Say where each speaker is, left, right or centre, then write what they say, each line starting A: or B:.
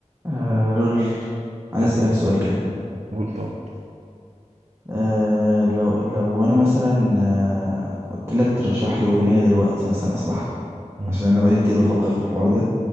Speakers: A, on the right; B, on the right.
A: آه رول عايز
B: حلو
A: أسألك سؤال كده
B: قول طبعا
A: آه لو لو أنا مثلا آه قلت لك ترشح لي أغنية دلوقتي مثلا أسمعها
B: مم.
A: عشان أنا بقالي كتير بفكر في الحوار ده